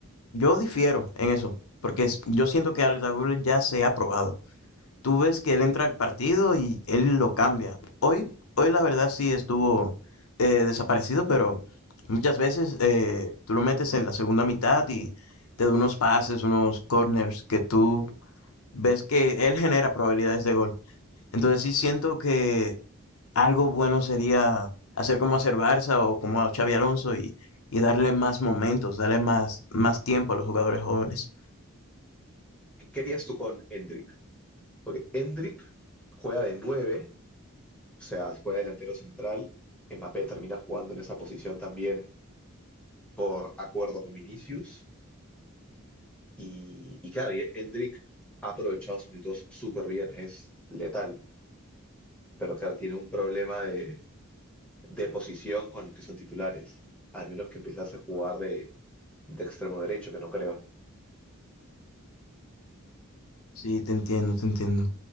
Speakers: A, on the left (about 80°); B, in the centre.
A: Yo difiero en eso, porque es- yo siento que Alex Lagunes ya se ha probado. Tú ves que él entra al partido y él lo cambia. Hoy, hoy la verdad sí estuvo eh, desaparecido, pero muchas veces eh, tú lo metes en la segunda mitad y te da unos pases, unos corners que tú ves que él genera probabilidades de gol. Entonces sí siento que algo bueno sería hacer como hacer Barça o como a Xavi Alonso y, y darle más momentos, darle más, más tiempo a los jugadores jóvenes.
B: ¿Qué querías tú con Endrick? Porque Endrick juega de nueve o sea, juega delantero central. Mbappé termina jugando en esa posición también por acuerdo con Vinicius. Y, y claro, y Endrick ha aprovechado sus minutos súper bien, es letal. Pero claro, tiene un problema de, de posición con los que son titulares. Al menos que empezase a jugar de, de extremo derecho, que no creo.
A: Sí, te entiendo, te entiendo.